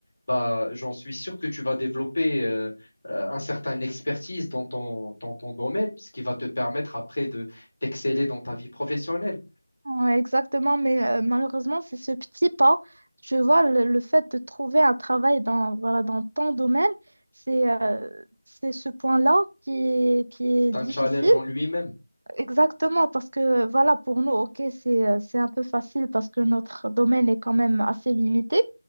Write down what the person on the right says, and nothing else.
Ouais, exactement, mais euh, malheureusement, c'est ce petit pas. Tu vois, le, le fait de trouver un travail dans, voilà, dans ton domaine, c'est euh, c'est ce point-là qui est, qui est
difficile.
Exactement, parce que voilà, pour nous, ok, c'est euh, c'est un peu facile parce que notre domaine est quand même assez limité,